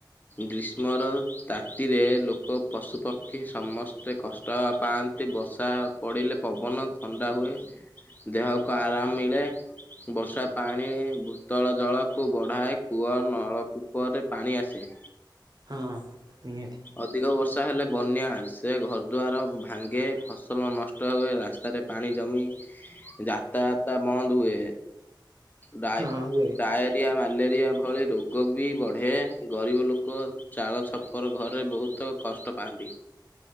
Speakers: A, on the left (about 20°); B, on the right (about 55°).
A: ଗ୍ରୀଷ୍ମର ତାତିରେ ଲୋକ ପଶୁପକ୍ଷୀ ସମସ୍ତେ କଷ୍ଟ ପାଆ କି ବର୍ଷା ପଡିଲେ ପବନ ଥଣ୍ଡା ହୁଏ। ଦେହକୁ ଆରାମ ମିଳେ। ବର୍ଷା ପାଣି ଘୁ ଭୂତଳ ଜଳକୁ ବଢ଼ାଏ। କୂଅ ନଳକୂପରେ ପାଣି ଆସେ।
B: ହଁ ନିହାତି।
A: ଅଧିକ ବର୍ଷା ହେଲେ ବନ୍ୟା ସେ ଘରଦୁଆାର ଭାଙ୍ଗେ, ଫସଲ ନଷ୍ଟ ହୁଏ ରାସ୍ତାରେ ପାଣି ଜମି, ଯାତାୟାତା ବନ୍ଦ ହୁଏ। ଡା
B: ହଁ ହୁଏ
A: ଡାୟଟ। ରିଆ, ମାଲେରିଆ ମାଲେରିଆ ଭଳି ରୋଗ ବି ବଢେ, ଗରିବ ଲୋକ ଚାଳ ଛପର ଘରେ ରେ ବହୁତ କଷ୍ଟ ପାଆନ୍ତି।